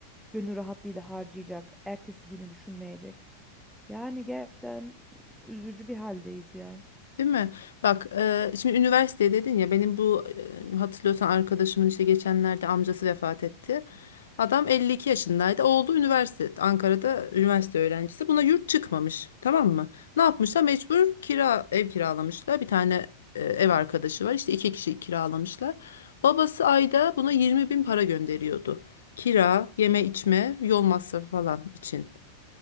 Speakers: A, in the centre; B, on the left.
A: gönül rahatlığıyla harcayacak, ertesi günü düşünmeyecek. Yani gerçekten üzücü bir haldeyiz ya.
B: Değil mi? Bak, e, şimdi üniversite dedin ya benim bu e, hatırlıyorsan arkadaşımın işte geçenlerde amcası vefat etti. Adam 52 yaşındaydı. Oğlu üniversite Ankara'da üniversite öğrencisi. Buna yurt çıkmamış. Tamam mı? Ne yapmışlar? Mecbur kira ev kiralamışlar. Bir tane e, ev arkadaşı var. İşte iki kişi kiralamışlar. Babası ayda buna 20 bin para gönderiyordu. Kira, yeme içme, yol masrafı falan için.